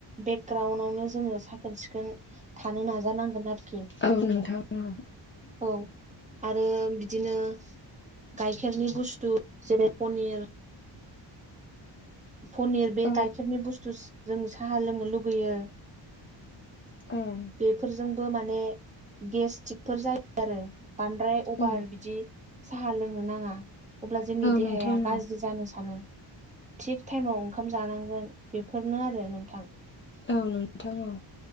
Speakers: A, on the right; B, on the left.
A: बेकग्राउन्डआवनो जोङो साखोन सिखोन थानो नाजानांगोन आरोखि
B: औ नोंथां औ
A: औ आरो बिदिनो गाइखेरनि बुस्थु जेरै पनिर पनिर बे
B: औ
A: गाइखेरनि बुस्थु जों साहा लोंनो लुगैयो
B: <unintelligible>
A: बेफोरजोंबो माने गेसथिकफोर जायो आरो बांद्राय अभार
B: औ
A: बिदि साहा लोंनो नाङा अब्ला जोंनि देहाया
B: नोंथां औ
A: गाज्रि जानो सानो थिग टाइमाव ओंखाम जानांगोन बेफोरनो आरो नोंथां
B: औ नोंथां औ